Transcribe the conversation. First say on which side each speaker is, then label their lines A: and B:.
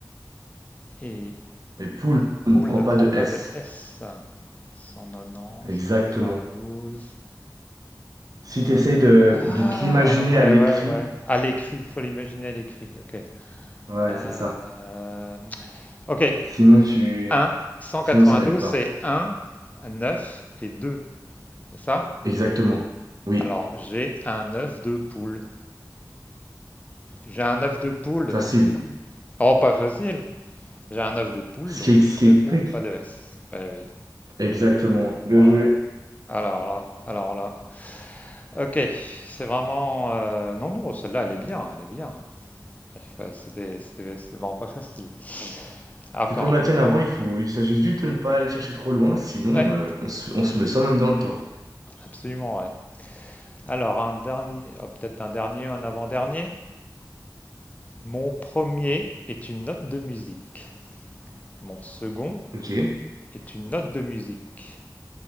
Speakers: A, on the left; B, on the right.
A: et
B: Et poule ne
A: poule
B: prend
A: ne
B: pas
A: prend
B: de
A: pas
B: S.
A: de S. 190,
B: Exactement.
A: 192,
B: Si
A: 1,
B: tu essayes
A: 9,
B: de,
A: Ah,
B: de te l'imaginer
A: ouais,
B: à l'écrit,
A: ouais, ouais. À l'écrit, il faut l'imaginer à l'écrit. Ok.
B: ouais,
A: Euh,
B: c'est ça.
A: ok,
B: Sinon, tu...
A: 1, 192,
B: Sinon, ça n'aide pas.
A: c'est un 9 et deux. c'est ça
B: Exactement. Oui,
A: Alors, j'ai un œuf de poule. J'ai un œuf de poule.
B: facile.
A: Oh, pas facile. J'ai un œuf de poule,
B: Ce
A: donc
B: qui, ce qui
A: c'est
B: explique.
A: poule, pas de S. Ben oui.
B: Exactement. Bien
A: Oh
B: joué.
A: Alors là, alors là. Ok, c'est vraiment. euh, Non, non, celle-là, elle est bien, elle est bien. Enfin, C'était c'était- c'était vraiment pas facile. Ah, Encore
B: C'est comme la
A: une.
B: tienne avant, il faut, il s'agit juste de ne pas aller chercher trop loin, sinon
A: Ouais,
B: euh, on se, on se met soi-même dans le tort.
A: absolument, ouais. Alors, un dernier, ah, peut-être un dernier, un avant-dernier. Mon premier est une note de musique. Mon second
B: Ok,
A: est une note de musique.